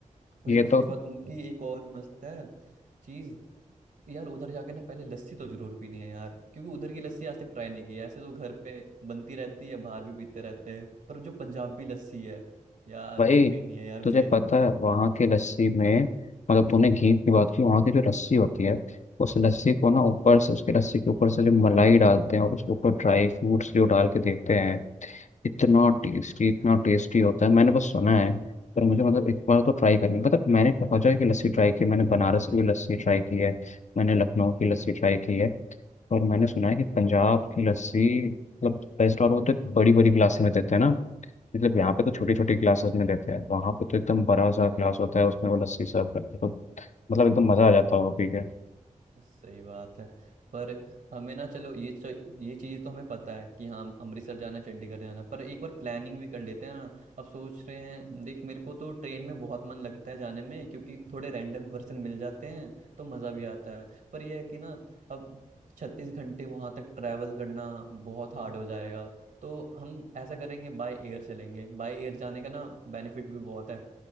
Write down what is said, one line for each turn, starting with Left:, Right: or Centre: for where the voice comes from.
Right: फिर
Left: ये
Right: उसके
Left: तो
Right: बाद उनकी एक और मस्त है चीज यार उधर जाके ना पहले लस्सी तो जरूर पीनी है यार क्योंकि उधर की लस्सी आज तक ट्राई नहीं की है। ऐसे तो घर पे बनती रहती है बाहर भी पीते रहते हैं पर जो पंजाबी लस्सी है यार
Left: भाई
Right: वो पीनी है यार
Left: तुझे
Right: मुझे
Left: पता है वहाँ की लस्सी में मतलब तूने घी की बात की वहाँ की जो लस्सी होती है उस लस्सी को ना
Right: हम्म,
Left: ऊपर से उसके लस्सी के ऊपर से जो मलाई डालते हैं और उसके ऊपर ड्राई फ्रूट्स
Right: हम्म,
Left: जो डाल के देते हैं इतना टेस्टी
Right: <laughs>
Left: इतना टेस्टी होता है मैंने बस सुना है पर मुझे मतलब एक बार तो ट्राई करनी
Right: हाँ,
Left: मतलब मैंने बहुत जगह की लस्सी ट्राई की है, मैंने बनारस की भी लस्सी
Right: हम्म,
Left: ट्राई की है मैंने लखनऊ की लस्सी ट्राई की है और मैंने सुना है कि पंजाब की लस्सी मतलब बेस्ट और वो तो बड़ी बड़ी गिलास में देते हैं ना मतलब यहाँ पे तो छोटी
Right: हाँ,
Left: छोटी क्लासेस में देते हैं वहाँ पे तो एकदम बड़ा सा
Right: हाँ,
Left: क्लास
Right: हाँ,
Left: होता है उसमें वो लस्सी सर्व करते हैं तो मतलब
Right: हम्म,
Left: एकदम मज़ा आ जाता होगा पी के
Right: सही बात है पर हमें ना चलो ये च, ये चीज़ तो हमें पता है कि हाँ अमृतसर जाना चंडीगढ़ जाना पर एक बार प्लानिंग भी कर लेते हैं ना अब सोच रहे हैं देख मेरे को तो ट्रेन में बहुत मन लगता है जाने में क्योंकि थोड़े रैंडम पर्सन मिल जाते हैं तो मज़ा भी आता है पर यह है कि ना अब छत्तीस घंटे वहाँ तक ट्रैवल करना बहुत हार्ड हो जाएगा तो हम ऐसा करेंगे बाय एयर चलेंगे बाय एयर जाने का ना बेनिफिट भी बहुत है